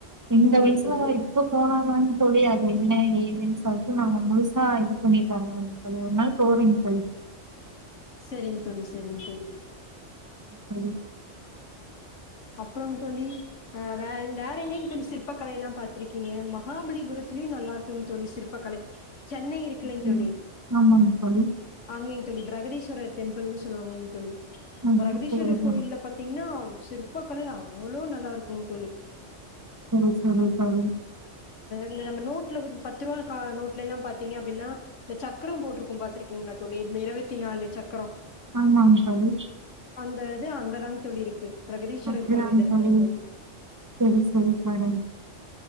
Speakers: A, on the right (about 20°); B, on the left (about 80°).
A: இந்த
B: சரிங்க
A: வயசுல
B: தோழி.
A: இப்ப போனாதான தோழி அது என்ன ஏதுன்னு சொ <unintelligible> நாங்க முழுசா இது பண்ணிட்டு <unintelligible> அப்ப ஒரு நாள் போவீங்க தோழி
B: சரிங்க தோழி சரிங்க தோழி
A: <unintelligible>
B: அப்பறங் தோழி ஆஹ் வே வேற எங்கயிங் தோழி சி ற்பக்கலை எல்லா பாத்திருக்கீங்க மகாபலிபுரத்திலயு நல்லா இருக்குங் தோழி சிற்பக்கலை சென்னை இருக்குல்லைங்க
A: உம்
B: தோழி
A: ம் ஆமாங்க தோழி
B: அங்கேங்க தோழி பிரகதீஸ்வரர் டெம்பிள்னு சொல்லுவாங்கங் தோழி
A: ம்,
B: பிரகதீஸ்வர்
A: சரி
B: கோயில்ல
A: தோழி.
B: பாத்திங்கன்னா சிற் பக்கலை அவ்ளோ நல்லா இருக்குங் தோழி
A: ம் செரி தோழி
B: இல்ல நம்ம நோ ட்ல பத்து ரூபா கா நோட்லல்லா பாத் தீங்க அப்டின்னா இந்த சக்கரம் போட்ருக்கும் பாத்திருக்கீங்களா தோழி இந்த இருபத்தி நாலு சக்கரோ
A: ஆமாங் தோழி
B: த இது அங்கதாங் தோழி இருக்கு பிரகதீஸ்வரர்
A: அப்படியாங்க
B: கோவில்ல இருக்குங்க
A: தோழி செரி செரி தோழி